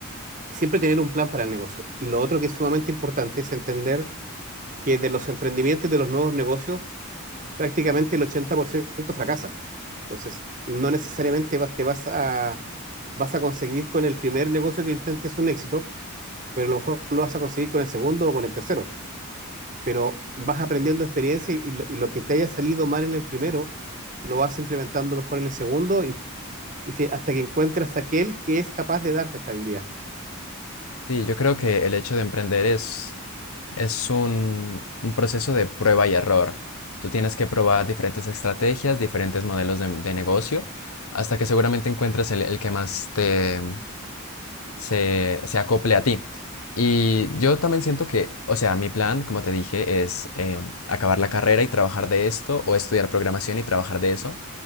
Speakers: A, on the right; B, on the left.
A: siempre tener un plan para el negocio. Y lo otro que es sumamente importante es entender que de los emprendimientos y de los nuevos negocios, prácticamente el 80% fracasa. Entonces, no necesariamente vas, te vas a, vas a conseguir con el primer negocio que intentes un éxito, pero a lo mejor lo vas a conseguir con el segundo o con el tercero. Pero vas aprendiendo experiencia y lo, y lo que te haya salido mal en el primero, lo vas implementando mejor en el segundo y, y fi- hasta que encuentres aquel que es capaz de darte estabilidad.
B: Sí, yo creo que el hecho de emprender es... Es un, un proceso de prueba y error. Tú tienes que probar diferentes estrategias, diferentes modelos de, de negocio, hasta que seguramente encuentres el, el que más te se, se acople a ti. Y yo también siento que, o sea, mi plan, como te dije, es eh, acabar la carrera y trabajar de esto, o estudiar programación y trabajar de eso.